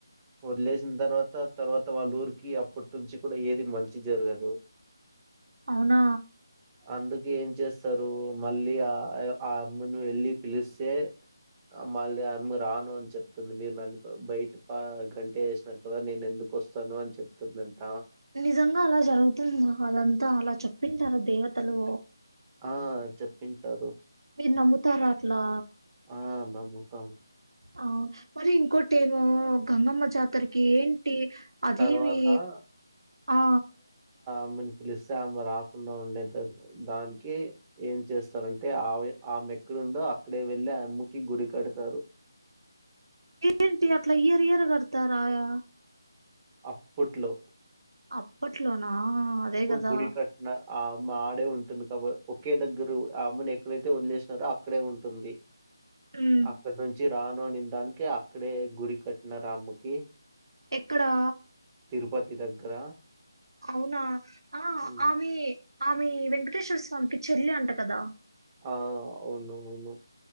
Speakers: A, on the right (about 20°); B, on the right (about 85°).
A: వదిలేసిన తర్వాత తర్వాత వాళ్ళ ఊరికి అప్పటి నుంచి కూడా ఏది మంచి జరగదు.
B: అవునా
A: అందుకు ఏం చేస్తారు మళ్ళీ ఆ ఆ అమ్మను వెళ్ళి పిలిస్తే మళ్ళీ అమ్మ రాను అని చెప్తుంది మీరు నన్ బయటకు ఆ గంటేసినారు కదా నేను ఎందుకు వస్తాను అని చెప్తుందంట
B: నిజంగా అలా జరుగుతుంద అదంతా అలా చెప్పింటారు దేవతలు
A: ఆ చెప్పింటారు.
B: మీరు నమ్ముతారా అట్లా
A: ఆ నమ్ముత
B: ఆ మరి ఇంకోటి ఏమో గంగమ్మ జాతరకి టీ అదేమి
A: తర్వాత
B: ఆ
A: అమ్మని పిలిస్తే ఆమె రాకుండా ఉండేంత దానికి ఏం చేస్తారంటే ఆవి ఆమె ఎక్కడందో అక్కడే వెళ్ళి ఆయమ్మకి గుడి కడతారు
B: ఏంటి అట్లా ఇయర్ ఇయర్ కడతారాయా
A: అప్పుట్లో
B: అప్పుట్ ట్లోనా అదే కదా
A: గుడి కట్టిన ఆ అమ్మ ఆడే ఉంటుంది కాబో ఒకే దగ్గరు అమ్మను ఎక్కడైతే వదిలేసినారో అక్కడే ఉంటుంది
B: ఉమ్
A: అక్కడ్ నుంచి రాను అనిన దానికి అక్కడే గుడి కట్నారామెకి
B: ఎక్కడా
A: తిరుపతి దగ్గర
B: అవునా ఆ
A: హ్మ్.
B: ఆమె ఆమి వెంకటేశ్వర స్వామికి చెల్లి అంట కదా
A: ఆ అవును అవును